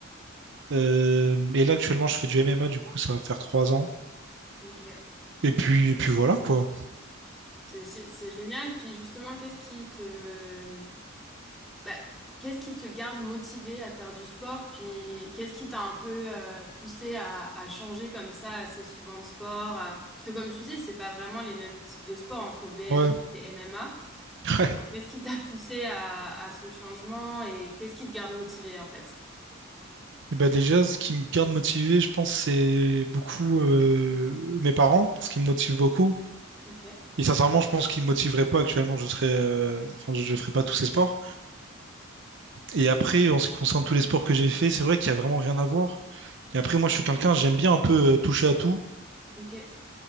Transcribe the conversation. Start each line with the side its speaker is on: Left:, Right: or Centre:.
Right: Euh, et là, actuellement, je fais du MMA, du coup, ça va faire 3 ans.
Centre: ok.
Right: Et puis, et puis voilà, quoi.
Centre: C'est c'est- c'est génial. Puis justement, qu'est-ce qui te, bah, qu'est-ce qui te garde motivé à faire du sport? Puis qu'est-ce qui t'a un peu euh, poussé à, à changer comme ça assez souvent de sport? à- Parce que comme tu dis, c'est pas vraiment les mêmes types de sports entre BMI
Right: Ouais.
Centre: et MMA.
Right: <laughs> Ouais.
Centre: Qu'est-ce qui t'a <laughs> poussé à, à ce changement et qu'est-ce qui te garde motivé en fait?
Right: Et bah déjà, ce qui me garde motivé, je pense, c'est beaucoup euh, mes parents, parce qu'ils me motivent beaucoup.
Centre: Ok,
Right: Et sincèrement, je pense qu'ils me motiveraient pas actuellement, je serais, euh, enfin, je, je ferais pas tous ces sports. Et après, en ce qui concerne tous les sports que j'ai fait, c'est vrai qu'il y a vraiment rien à voir. Mais après, moi, je suis quelqu'un, j'aime bien un peu euh, toucher à tout.
Centre: ok,